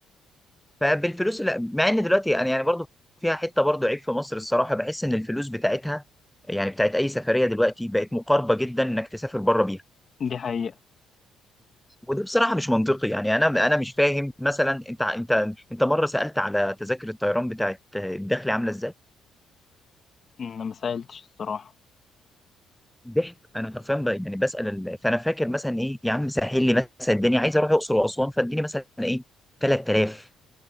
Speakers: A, in the centre; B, on the left.
A: فبالفلوس لا مع ان دلوقتي انا يعني برضو فيها حته برضو عيب في مصر الصراحه بحس ان الفلوس بتاعتها يعني بتاعت اي سفريه دلوقتي بقت مقاربه جدا انك تسافر بره بيها
B: دي حقيقة
A: وده بصراحه مش منطقي يعني انا انا مش فاهم مثلا انت انت انت مره سالت على تذاكر الطيران بتاعت الداخلي عامله ازاي
B: انا ما سألتش الصراحة
A: ضحك انا حرفيا ب- يعني بسال ال- فانا فاكر مثلا ايه يا عم سهل لي مثلا الدنيا عايز اروح الاقصر واسوان فاديني مثلا ايه 3000